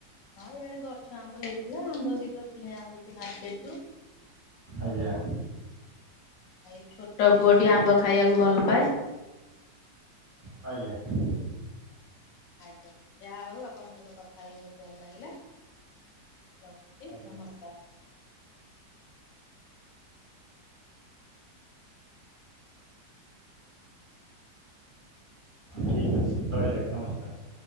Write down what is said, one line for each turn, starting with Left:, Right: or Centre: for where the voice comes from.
Left: ହଁ ଇଆଡେ ଗଛ ଆମ୍ବ ହେଇଥିଲା ଆମ୍ବ ବି ତ କିଣା ହଉଛି ମାର୍କେଟ ରୁ।
Right: ଆଜ୍ଞା।
Left: ଏଇ ଛୋଟ ପୁଅଟି ଆମ୍ବ ଖାଇବାକୁ ଭଲ ପାଏ।
Right: ଆଜ୍ଞା।
Left: ଆଜ୍ଞା ଯାହା ହଉ ଆପଣଙ୍କ ସହିତ କଥା ହେଇ ବହୁତ ଭଲ ଲାଗିଲା। ରଖୁଛି
Right: ଆଜ୍ଞା
Left: ନମସ୍କାର।
Right: ଠିକ ଅଛି ରହିଲି ଆଜ୍ଞା ନମସ୍କାର।